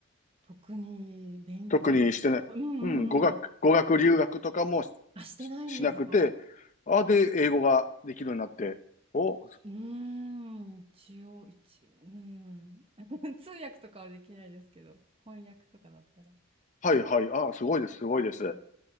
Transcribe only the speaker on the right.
特に勉強、
うんうんうん、
あ、してないんですよ。
うーん、一応、一、うーん。<laughs> 通訳とかはできないですけど、翻訳とかだったら。
うん